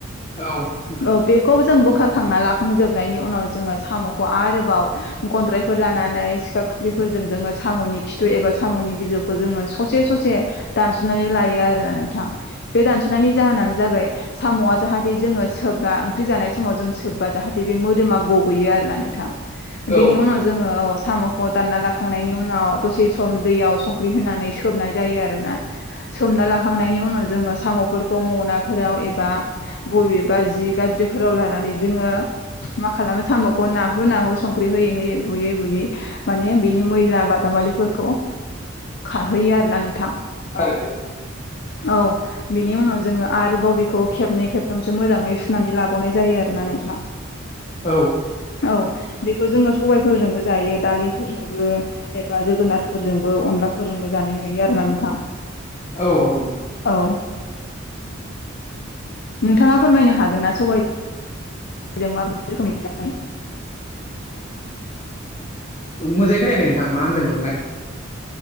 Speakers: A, on the left (about 30°); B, on the left (about 55°).
A: औ नोंथां
B: औ बेखौ जों बोखारखांना लाखांजोबनायनि उनाव जोंङो सामखौआरोबाव गनद्रायफोर लानानै सिखा खुख्रिफोरजों जोंङो सामनि खिुथु एबा सामनि बिजौखौ जोंङो ससे ससे दानसनानै लायो आरोना नोंथां। बे दानसनायनि जाहोनानो जाबाय सामआ जाहाथे जोंङो सोबबा ओंख्रि जानाय समाव जों सोबबा जाहाथे बे मोदोमा गब गयो आरोना नोंथां बेनि
A: औ
B: उनाव जोंङो। सामखौ दानना लाखांनायनि उनाव दसे सम दैयाव संख्रि होनानै सोबनाय जायो आरोना। सोमना लाखांनायनि उनाव जोंङो सामफोरखौ माफोराव एबा बबेबा जि गाज्रिफोराव लानानै जोंङो मा खालामो सामखौ नाहु नाहु संख्रि होयै होयै बुयै बुयै माने बिनि मैला बादामालिफोरखौ खारहैयो आरोना नोंथां
A: थारैनो
B: औ औ। बिनि उनाव जोंङो आरोबाव बेखौ खेबनै खेबथामसो मोजाङै सुनानै लाबावनाय जायो आरोना नोंथां।
A: औ
B: औ। बेखौ जोंङो सबायफोरजोंबो जायो दालिफोरजोंबो एबा जोगोनारफोरजोंबो अनलाफोरजोंबो जायो। जानाय नुयो आरोना नोंथां।
A: औ औ।
B: औ नोंथाङा फोरमायनो हागोन ना सबाय जों माबायदि रोखोम जायो?
A: मोजाङै खोनायखै नोंथां मा होनदोंमोनलाय